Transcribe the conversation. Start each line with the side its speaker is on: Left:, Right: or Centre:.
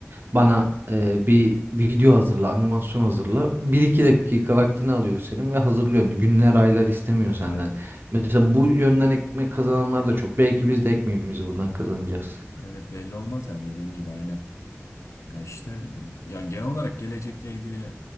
Right: bana e, bir video hazırla, animasyon hazırla. Bir iki dakika vaktini alıyor senin ve hazırlıyorsun. Günler, aylar istemiyor senden.
Left: Aynen.
Right: Mesela bu yönden ekmek kazananlar da çok. Belki biz de ekmeğimizi buradan kazanacağız.
Left: Evet belli olmaz yani dediğin gibi aynen. Ya işte ya genel olarak gelecekle ilgili